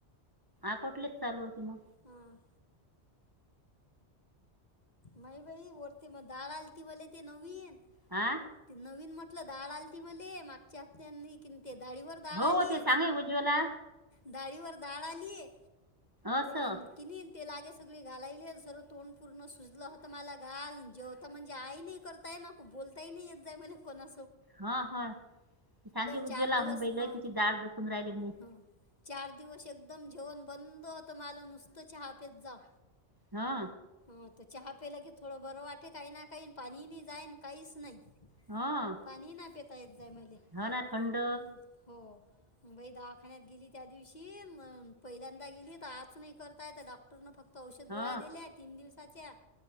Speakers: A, on the right; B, on the left.
A: आकोटलेच चालू होती मग.
B: हम. माई बाई वरती मग डाळ आल ती बले ते नवीन
A: हा
B: ते नवीन म तलं डाळ आल त मले मागच्या हफ्त्यांनी कि ते डाळीवर डाळ
A: हो
B: आली.
A: ते सांगे उज्ज्वला
B: डाळीवर डाळ आली आहे
A: असं
B: आण कीन ते लागे सगळे घालायले जर तोंड पूर्ण. सुजलं होतं मला घाल जेवत म्हणजे, आई नाही करताय ना बोलताय नाही येत, जाई म्हण कोणा
A: हा हा. सांगे उजवला
B: चार दिवस
A: म्हणे बहि
B: हं
A: लय तिची डाळ दुखून राहिली म्हणे.
B: हं चार दिवस एकदम जेवण बंद होतं माल नुसतं च्याहा फेत जाव.
A: हा.
B: ह तर चहा पिला की थोडं बरं वाटे, काही ना काही पाणी नाही, जाईन काहीच नाही.
A: हा
B: पाणी नाही पेता येत जाय मले
A: हो ना थंड
B: हम् हो. बाई दवाखान्यात गेली, त्या दिवशी म पहिल्यांदा गेली, तर आज नाही करतायेत डॉक्टरन फक्त. औषध
A: हा
B: गोळ्या दिल्या, तीन दिवसाच्या